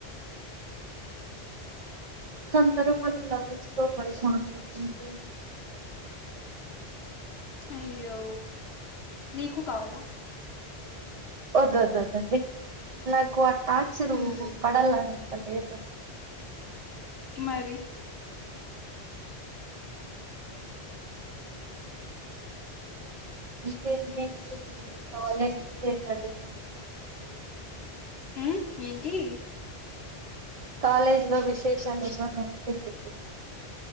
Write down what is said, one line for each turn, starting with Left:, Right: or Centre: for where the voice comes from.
Right: అందరు మళ్ళా ముస్తాబు అయినారు <inaudible>
Left: అయ్యో నీకు కావాలా
Right: వద్దు వద్దు వద్దండి నాకు వా టాచ్చరు
Left: మ్మ్
Right: పడాలనాంత లేదు
Left: మరి
Right: ఇంకేంటి విశేషాలు కాలేజ్ విశేషాలు ఎమన్నా చెప్పాండి.
Left: మ్మ్ ఏంటి
Right: కాలేజీ లో విశేషాలు ఏమన్నా అంటే చెప్పు